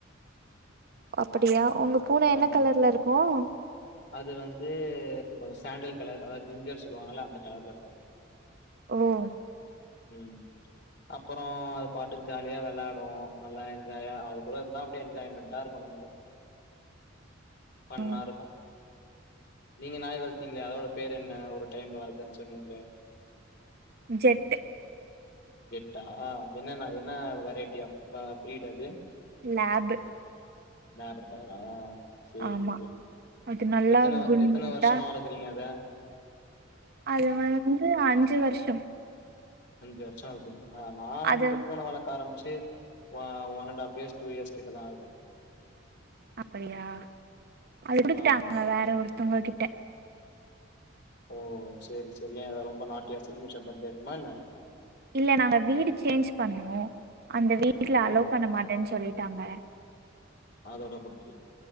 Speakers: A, on the right; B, on the left.
A: அப்படியா உங்க பூன என்ன
B: ஆமா
A: கலர்ல இருக்கும்
B: அது வந்து கொஞ்சம் சாண்டில் கலர் அதா ஜிஞ்சர் சொல்லுவாங்கல அந்த கலர்ல இருக்கும்
A: ஓ
B: உம் அப்பறம் அது பாட்டுக்கு ஜாலியா விளாடும் நல்லா என்ஜாயா அது கூட இருந்தா அப்டியே என்ஜாய்மெண்ட்டா இருக்கும் நமக்கு ஃபண்ணா
A: ம்
B: இருக்கும் நீங்க நாய் வளத்தீங்களே அதோட பேர் என்ன ஒரு டைம்ல வளத்தேனு சொன்னீங்களே
A: ஜெட்
B: ஜெட்டா என்னன்னா என்ன வெரைட்டி ஆப் பீடு அது
A: லேப்
B: லேப் ஆ சேரி
A: ஆமா
B: சேரி
A: அது நல்லா
B: எத்தன
A: குண்டா
B: எத்தன வருஷமா வளக்குறீங்க அத
A: அது வந்து அஞ்சு வருஷம்
B: அஞ்சு வருஷம் ஆவுது ஆ நா
A: அது
B: இந்த பூன வளக்க ஆரம் ச்சு அ one and half years two years கிட்டதான் ஆயிரு
A: அப்படியா அது குடுத்துட்டாங்க
B: ஆமா ஆமா
A: வேற ஒருத்தவங்க கிட்ட
B: ஓ செரி செரி ஏன் அத ரொம்ப நாட்டியா சிலுமிஷம் பண்ணிட்டே இருக்குமா என்ன
A: இல்ல நாங்க வீடு சேஞ்ச் பண்ணோம் அந்த வீட்ல
B: ஓ
A: அலோ பண்ண மாட் டேன்னு சொல்லிட்டாங்க
B: அதோட குடுத்துட்டிங்